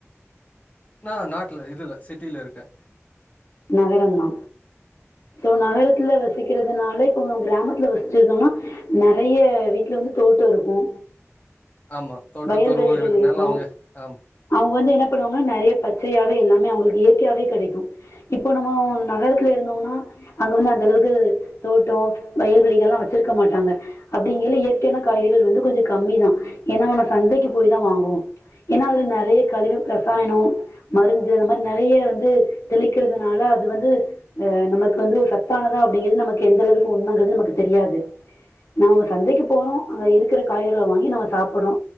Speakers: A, on the left; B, on the left.
A: நா நாட்ல இதுல சிட்டில இருக்கே
B: நகரமா சோ நகரத்துல வசி சிக்கிறதுனால இப்போ கிராமத்துல வசிச்சிரும்னா நெறைய வீட்ல வந்து தோட்ட இருக்கு
A: ஆமா தோட்டத்துூர்வு
B: வயல்வெளிகள்
A: இருக்குனால
B: இருக்கு
A: அவங்க ஆமா
B: அவங்க வந்து என்ன பண்ணுவாங்கனா நெறைய பச்சையாவே எல்லாமே அவங்ளுக் இயற்கையாவே கெடைக்கு இப்போ நம்ம நகரத்துல இருந்தோம்னா அங்க வந்து அந்த அளவுக்கு தோட்டோ வயல்வளிகள் எல்லா வெச்சிருக்க மாட்டாங்க அப்படிங்கைள இயற்கையான காய்கறிகள் வந்து கொஞ்ச கம்மிதா ஏன்னா சந்தைக்கு போய் தான் வாங்குவோ ஏனா அதுல நெறைய கழிவு ரசாயனம் மருந்து அந்த மாரி நெறைய வந்து தெளி க்கறதுனால அது வந்து ஆஹ நமக்கு வந்து ஒரு சத்தானதா அப்டிங்கறது நமக்கு எந்த அளவுக்கு உண்மைங்கறது நமக்கு தெரியாது நாம சந்தைக்கு போறோ அங்க இருக்கிற காய்கறிளை வாங்கி நாம சாப்பர்றோ